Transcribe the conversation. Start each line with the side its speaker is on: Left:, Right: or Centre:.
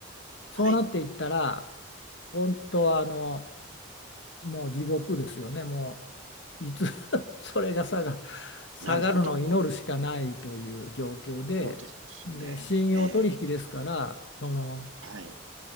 Left: そうなっていったら、
Right: はい。
Left: 本当はあのもう地獄ですよね。もういつ <laughs> それが下が、下がるのを祈るしかないという状況で、
Right: なるほど。そうですね。
Left: で信用取引ですからその、
Right: ええはい。